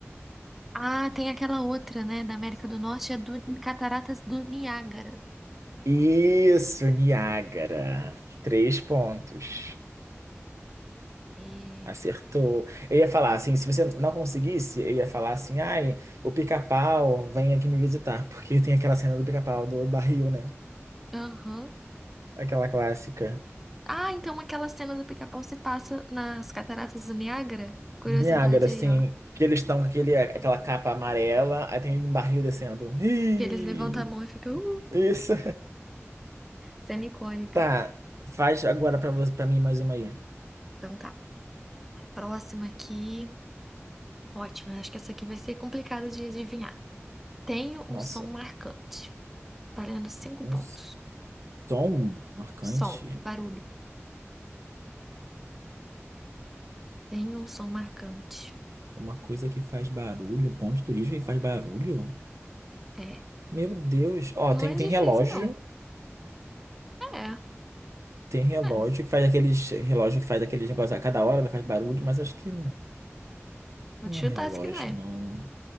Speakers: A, in the centre; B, on the right.
A: Ah, tem aquela outra, né? Da América do Norte, é do Cataratas do Niágara.
B: Isso, Niágara. Três pontos.
A: E...
B: Acertou. Eu ia falar assim, se você não conseguisse, eu ia falar assim, ai, o pica-pau vem aqui me visitar, porque tem aquela cena do pica-pau do barril, né?
A: Aham.
B: Aquela clássica.
A: Ah, então aquela cena do Pica-Pau se passa nas Cataratas do Niágara? Curiosidade
B: Do Niágara, assim,
A: aí, ó.
B: que eles estão com aquele, aquela capa amarela, aí tem um barril descendo. Ih,
A: Que eles levantam a mão e ficam, uh,
B: isso.
A: cena icônica.
B: Tá, faz agora pra você, para mim mais uma aí.
A: Então tá. Próxima aqui. Ótima, acho que essa aqui vai ser complicada de adivinhar. Tenho
B: Nossa,
A: um som marcante, valendo cinco
B: um
A: pontos.
B: som marcante,
A: Som, barulho. Tenho um som marcante.
B: uma coisa que faz barulho, um ponto turístico que faz barulho.
A: É,
B: Meu Deus. Ó,
A: não
B: tem
A: é
B: tem
A: difícil,
B: relógio,
A: não. É,
B: tem relógio
A: é.
B: que faz aqueles relógio que faz aqueles negócios a cada hora faz barulho, mas acho que
A: Vou
B: não
A: te chutar
B: é relógio,
A: se quiser.
B: não.